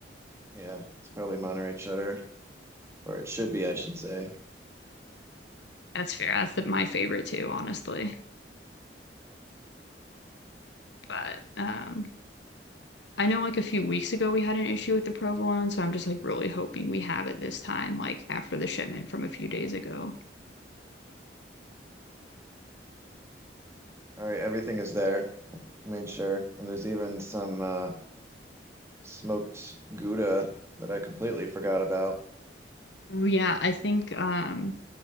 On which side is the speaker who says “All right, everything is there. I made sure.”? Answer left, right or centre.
Right